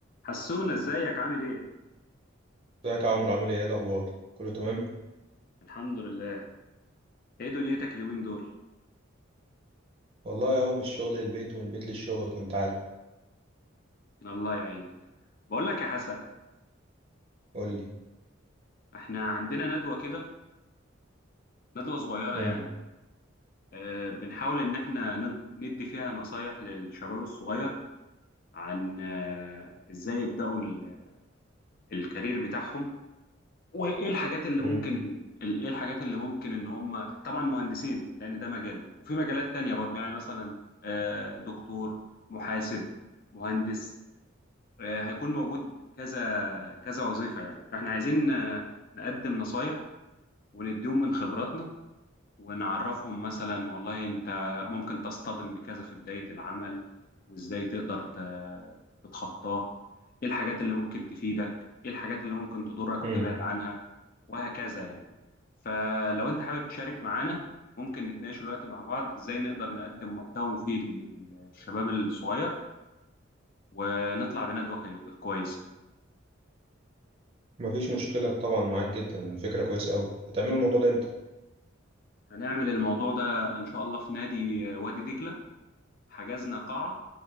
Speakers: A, on the left (about 45°); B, on the right (about 30°).
A: حسونا ازيك عامل ايه
B: ازيك يا عمرو عامل ايه إيه الاخبار كله تمام
A: الحمد لله ايه دنيتك اليومين دول
B: والله اهو من الشغل للبيت ومن البيت للشغل انت عارف
A: الله يعينك بقول لك يا حسن
B: قول لي
A: احنا عندنا ندوة كده ندوة صغيرة
B: امم
A: يعني اه بنحاول ان احنا نب- ندي فيها نصايح للشباب الصغير عن اه ازاي يبدأوا ال- الكارير بتاعهم وايه الحاجات اللي
B: امم
A: ممكن ال- ايه الحاجات اللي ممكن ان هم طبعا مهندسين لان ده مجالك وفي مجالات تانية برضو يعني مثلا اه دكتور محاسب مهندس آه، هيكون موجود كذا كذا وظيفة يعني فاحنا عايزين آه، نقدم نصايح ونديهم من خبراتنا ونعرفهم مثلا والله انت ممكن تصطدم بكذا في بداية العمل وازاي تقدر ت- تتخطاه ايه الحاجات اللي ممكن تفيدك ايه الحاجات اللي ممكن تضرك
B: امم
A: وتبعد عنها وهكذا يعني فلو انت حابب تشارك معانا ممكن نتناقش دلوقتي مع بعض ازاي نقدر نقدم محتوى مفيد للشباب الصغير ونطلع بندوة كي- كويسة
B: مفيش مشكله طبعا معاك جدا فكره كويسه قوي هتعملوا الموضوع ده امتى
A: هنعمل الموضوع ده إن شاء الله في نادي آه، وادي دجلة حجزنا قاعة